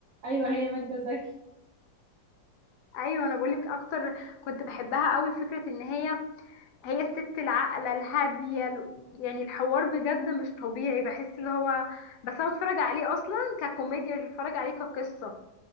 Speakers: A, on the right; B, on the left.
A: أيوة هي ماجدة زكي
B: ايوه انا بقولك اكتر كنت بحبها قوي فكره ان هي هي الست العاقله الهاديه ال- يعني الحوار بجد مش طبيعي بحس اللي هو بس انا اتفرج عليه اصلا ككوميديا مش بتفرج عليه كقصه